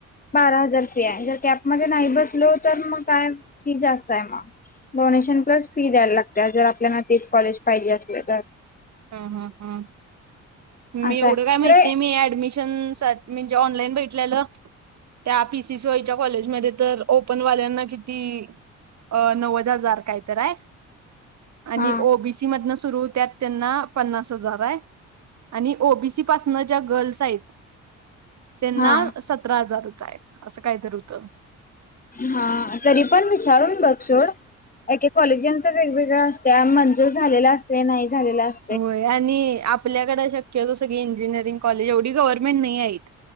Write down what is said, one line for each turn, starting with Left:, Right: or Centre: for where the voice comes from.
Left: बारा हजार फी हाय. जर कॅपमध्ये नाही बसलो तर मग काय, फी जास्तय मग. डोनेशन प्लस फी द्यायला लागते. जर आपल्याना तेच कॉलेज पाहिजे असले तर.
Right: ह, ह, ह. मी
Left: असं
Right: एवढं
Left: आहे
Right: काय माहित
Left: खरे
Right: नाही. मी ऍडमि शन सा म्हणजे ऑनलाईन भेटलेल. त्या पी सी सी वाईच्या कॉलेजमध्ये तर, ओपन वाल्यांना किती अ नव्वद हजार काय तर हाय. आणि
Left: हा
Right: ओ बी सी मधन सुरू होत्यात त्यांना पन्नास हजारय. आणि ओ बी सी पासनं ज्या गर्ल्स आहेत. त्यांना
Left: हा
Right: सतरा हजाररच हाय. असं काहीतरी होतं.
Left: हा, तरी पण विचारून बघ सोड. काही-काही कॉलेजांच वेगवेगळ असतया. मंजूर झालेला असते. नाही झालेला अस
Right: होय, आणि आपल्याकडे शक्यतो सगळी इंजिनिअरिंग कॉलेज, एवढी गव्हर्नमेंट नाही आहेत.